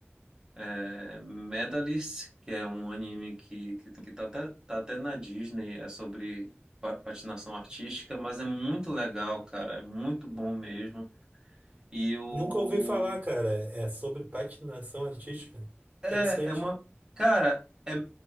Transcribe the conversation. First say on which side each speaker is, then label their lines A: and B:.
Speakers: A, on the right (about 20°); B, on the right (about 40°).
A: é, Medalist, que é um anime que, que, que tá até, tá até na Disney, é sobre pa- patinação artística, mas é muito legal, cara, é muito bom mesmo. E o...
B: Nunca ouvi falar, cara. É sobre patinação artística?
A: É,
B: Interessante.
A: é uma... Cara, é,